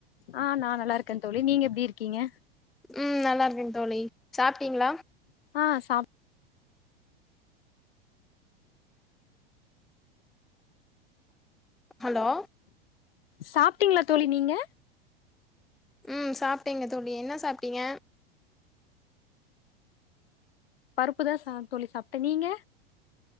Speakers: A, on the left; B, in the centre.
A: ஆ நான் நல்லாருக்கேன் தோழி நீங்க எப்டி இருக்கீங்க
B: ம் நல்லாருக்கேன் தோழி சாப்பிட்டீங்களா
A: ஆ சாப்
B: ஹலோ
A: சாப்ட்டீங்களா தோழி நீங்க
B: ம் சாப்ட்டேங்க தோழி என்ன சாப்ட்டீங்க
A: பருப்புதான் ச தோழி சாப்ட்டேன் நீங்க